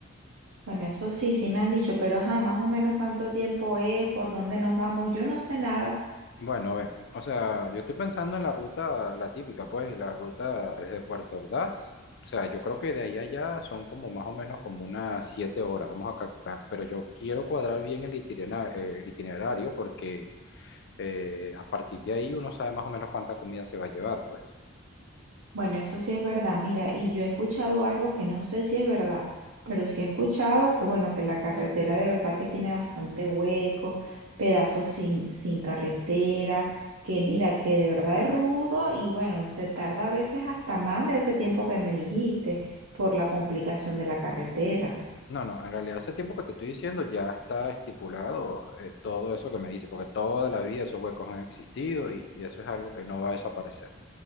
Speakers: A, on the right (about 80°); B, on the left (about 55°).
A: bueno, eso sí, sí me han dicho, pero ajá, más o menos cuánto tiempo es, por dónde nos vamos, yo no sé nada.
B: Bueno, ve, o sea, yo estoy pensando en la ruta, la típica, pues, la ruta desde Puerto Ordaz. O sea, yo creo que de ahí a allá son como más o menos como unas siete horas, vamos a calcular. Pero yo quiero cuadrar bien el itinera- el itinerario porque eh, a partir de ahí uno sabe más o menos cuánta comida se va a llevar, pues.
A: Bueno, eso sí es verdad. Mira, y yo he escuchado algo que no sé si es verdad, pero sí he escuchado que, bueno, que la carretera de verdad que tiene bastante hueco, pedazos sin, sin carretera, que mira, que de verdad es rudo y bueno, se tarda a veces hasta más de ese tiempo que me dijiste por la complicación de la carretera.
B: No, no, en realidad ese tiempo que te estoy diciendo ya está estipulado eh, todo eso que me dice, porque toda la vida esos huecos han existido y y eso es algo que no va a desaparecer.